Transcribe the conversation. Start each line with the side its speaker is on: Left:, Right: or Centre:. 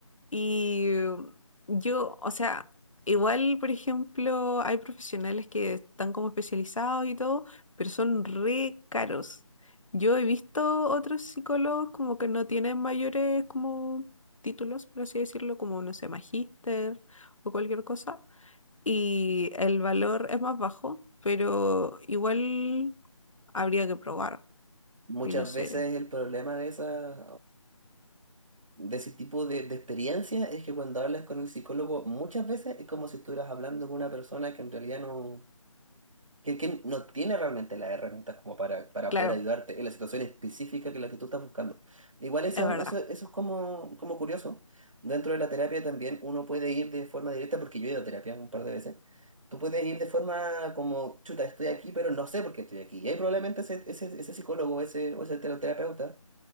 Left: Y yo, o sea, igual, por ejemplo, hay profesionales que están como especializados y todo, pero son re caros. Yo he visto otros psicólogos como que no tienen mayores como títulos, por así decirlo, como, no sé, magíster o cualquier cosa, y el valor es más bajo, pero igual habría que probar,
Right: Muchas
Left: y no sé,
Right: veces el problema de esas de ese tipo de, de experiencias es que cuando hablas con el psicólogo, muchas veces es como si estuvieras hablando con una persona que en realidad no, que, que no tiene realmente las herramientas como para, para
Left: claro,
Right: poder ayudarte en la situación específica que la que tú estás buscando. Igual eso,
Left: es verdad.
Right: eso, eso es como, como curioso. Dentro de la terapia también uno puede ir de forma directa, porque yo he ido a terapia un par de veces. Tú puedes ir de forma como, chuta, estoy aquí, pero no sé por qué estoy aquí. Y ahí probablemente ese, ese, ese psicólogo ese, o ese terapeuta